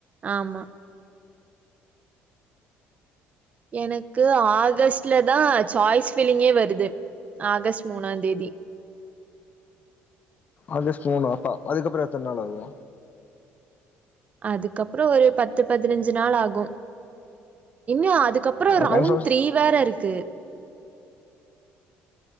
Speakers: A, on the right; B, on the left.
A: ஆமா எனக்கு ஆகஸ்ட்ல தான் சாய்ஸ் ஃபீலிங்கே வருது ஆகஸ்ட் மூணாம் தேதி
B: ஆகஸ்ட் மூணா அப்ப அதுக்கப்புறம் எத்தனை நாள் ஆகுது
A: அதுக்கப்புறம் ஒரு பத்து பதினஞ்சு நாள் ஆகும் இன்னும் அதுக்கப் அப்புறம்
B: அப்ப
A: ரவுண்ட்
B: கன்ஃபர்ம்
A: த்ரீ வேற இருக்கு